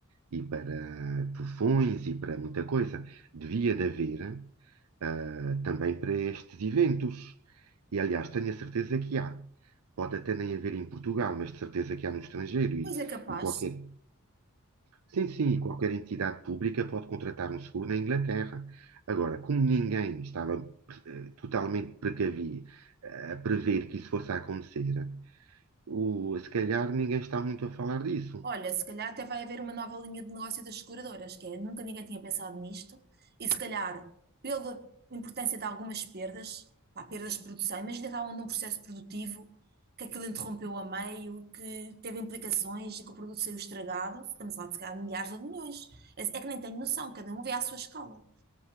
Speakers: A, on the right; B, on the right.
A: e para tufões e para muita coisa. Devia de haver eh, também para estes eventos. E, aliás, tenho a certeza que há. Pode até nem haver em Portugal, mas de certeza que há no estrangeiro e,
B: Pois é capaz.
A: e qualquer Sim, sim, e qualquer entidade pública pode contratar um seguro na Inglaterra. Agora, como ninguém estava eh, totalmente precavido eh, a prever que isso fosse a acontecer, o, se calhar ninguém está muito a falar disso.
B: Olha, se calhar até vai haver uma nova linha de negócio das seguradoras, que é nunca ninguém tinha pensado nisto, e se calhar, pela importância de algumas perdas, pá, perdas de produção, imagina que estavam num processo produtivo que aquilo interrompeu a meio, que teve implicações e que o produto saiu estragado, estamos lá de se calhar de milhares ou de milhões. É, é que nem tenho noção, cada um vê à sua escala.